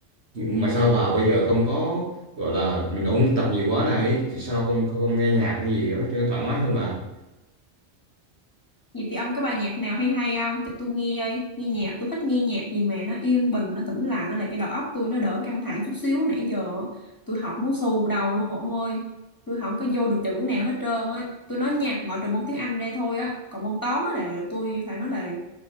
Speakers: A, on the right; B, on the left.
A: nhưng mà sao bà bây giờ không có gọi là mình ôn tập nhiều quá này thì sao không không, không nghe nhạc hay gì đó cho nó thoải mái hơn mà.
B: vậy thì ông có bài nhạc nào hay hay không cho tôi nghe ơi nghe nhạc tôi thích nghe nhạc gì mà nó yên bình nó tĩnh lặng nó là cho đầu óc tôi nó đỡ căng thẳng chút xíu nãy giờ tôi học muốn xù đầu luôn ông ơi tôi không có vô được chữ nào hết trơn á tôi nói nhạc ngoại trừ môn tiếng Anh ra thôi á còn môn toán á là tôi phải nói là